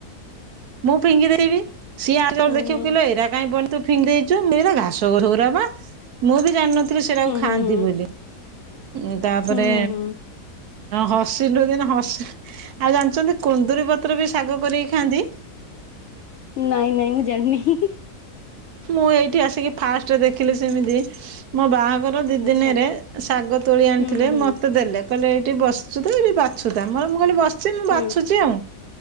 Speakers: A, on the right (about 75°); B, on the left (about 70°).
A: ମୁଁ ଫିଙ୍ଗି ଦେବି। ସିଏ <unintelligible>
B: ହୁଁ ହୁଁ
A: କହିବେ ଏଇରା କାଇଁ ବ ଫିଙ୍ଗି ଦେଇଛୁ ମୁଁ କହିବି ଏଗୁରା ଘାସଗଛ ଗୁରା ବା ।ମୁଁ ବି ଜାଣିନଥିଲି ସେଟାକୁ
B: ହୁଁ ହୁଁ ହୁଁ
A: ଖାଆନ୍ତି
B: ହୁଁ
A: ବୋଲି। ଉଁ, ତାପରେ
B: ହୁଁ ହୁଁ ହୁଁ
A: ହସିଲୁ ଦିନେ ହସି ଆଉ ଜାଣିଛନ୍ତି କୁନ୍ଦୁରୀ ପତ୍ର ବି ଶାଗ କରିକି ଖାଆନ୍ତି।
B: ନାଇଁ-ନାଇଁ ମୁଁ ଜାଣିନି।
A: ମୁଁ ଏଇଠି ଆସିକି ଫାଷ୍ଟ ଦେଖି ଦେଖିଲେ ସେମିତି, ମୋ ବାହାଘର ଦି
B: ଆଚ୍ଛା
A: ଦିନରେ ଶାଗ ତୋଳି ଆଣିଥିଲେ
B: ହୁଁ ହୁଁ
A: ମତେ ଦେଲେ କହିଲେ ଏଇଠି ବସିଚୁ ତ ଏଇଠି ବାଛୁଥା। ମୋର ମୁଁ କହିଲି ବସିଛି ମୁଁ
B: ହୁଁ
A: ବାଛୁଛି ଆଉ।